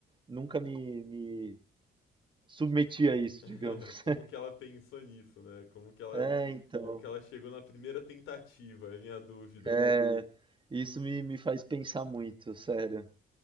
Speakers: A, on the right; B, on the left.
A: nunca me, me submeti a isso, digamos.
B: <laughs> como que ela pensou nisso, né? Como que ela,
A: É, então,
B: como que ela chegou na primeira tentativa, é a minha dúvida.
A: é, isso me, me faz pensar muito, sério.